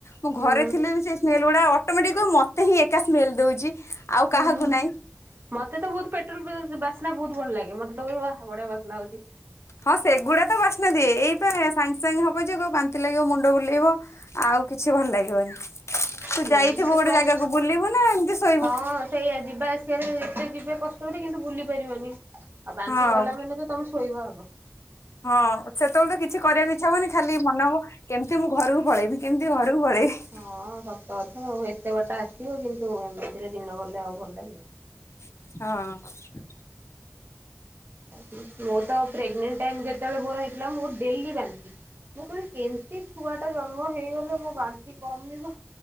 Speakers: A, on the left; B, on the right.
A: ମୁଁ ଘରେ
B: ହୁଁ
A: ଥିଲେ ବି ସେ ସ୍ମେଲ ଗୁଡା ଅଟୋମେଟିକ କହିବ ମତେ ହିଁ ଏକା ସ୍ମେଲ ଦଉଛି ଆଉ କାହାକୁ
B: ହୁଁ।
A: ନାହିଁ।
B: ମତେ ତ ବହୁତ ପେଟ୍ରୋଲ ବା ବାସ୍ନା ବହୁତ ଭଲ ଲାଗେ। ମତେ ତ ୱାହ ବଢିଆ ବାସ୍ନା ହଉଛି।
A: ହଁ ସେଗୁଡା ତ ବାସ୍ନା ଦିଏ ଏଇ ପା ସାଙ୍ଗେ ସାଙ୍ଗେ ହବ ଯ କହିବୁ ବାନ୍ତି ଲାଗିବ ମୁଣ୍ଡ ମୁଣ୍ଡ ବୁଲେଇବ ଆଉ କିଛି ଭଲ ଲାଗିବନି। ତୁ
B: ହୁଁ ହୁଁ
A: ଯାଇଥିବୁ ଗୋଟେ
B: ତ
A: ଜାଗାକୁ ବୁଲିବୁ ନା ଏମିତି ଶୋଇବୁ।
B: ହଁ ସେଇଆ ଯିବା ଆସିବାରେ ଏତେ ଯିବେ କଷ୍ଟକରି କିନ୍ତୁ ବୁଲି ପାରିବନି ଆଉ ବାନ୍ତି
A: ହଁ
B: କଲା ମାନେ ତ ତମେ ଶୋଇବା ଆଗ।
A: ହଁ ସେତେବେଳେ ତ କିଛି କରିବାକୁ ଇଚ୍ଛା ହବନି ଖାଲି ମନେ ହବ କେମିତି ମୁଁ ଘରକୁ ପଳେଇବି କେମିତି ଘରକୁ ପଳେଇବି।
B: ହଁ ସତ କଥା ଆଉ ଏତେ ବାଟ ଆସିବ କିନ୍ତୁ ଏମିତିରେ ଦିନ ଗଲେ ଆଉ ଭଲ ଲାଗିବ।
A: ହଁ।
B: ଉହୂ। ମୋର ତ ପ୍ରେଗନେଣ୍ଟ ଟାଇମ୍ ଯେତେବେଳେ ମୋର ହେଇଥିଲା, ମୁଁ ଡେଲି ବାନ୍ତି। ମୁଁ କହିଲି କେମିତି ଛୁଆ ଟା ଜନ୍ମ ହେଇଗଲେ ମୋ ବାନ୍ତି କମିବ।